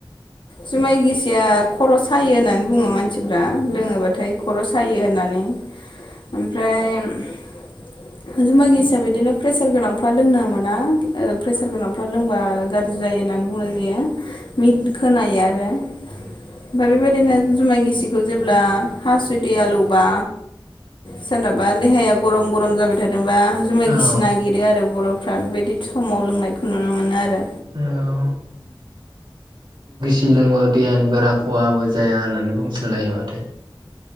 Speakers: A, on the left; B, on the right.
A: जुमाय गिसिया खरस योना <inaudible> मानसिफ लोङोबाथाय ख'र' सायो <inaudible> होननानै <inaudible> ओमफ्राय <inaudible> जमि हिसाब बिदिनो प्रेसार गोनांफ्रा लोंनो मोना <inaudible> प्रेसार गोनांफ्रा लोंबा गाज्रि जायो होननानै बुंनाय जायो <inaudible> <inaudible> खोनायो आरो <inaudible> बेबायदिनो जुमाय गिसि <inaudible> बेखौ जेब्ला हासुदै आलौबा सोरनाबा देहाया गरम गरम जाबाय थादोंबा जुमाय
B: औ
A: गिसि नागिरो आरो बरफ फ्रा बेबायदि। समाव लोंनायखौ नुनो मोनो आरो।
B: औ औ <unintelligible> बारा खहाबो जाया होननानै बुंसोलायो माथो।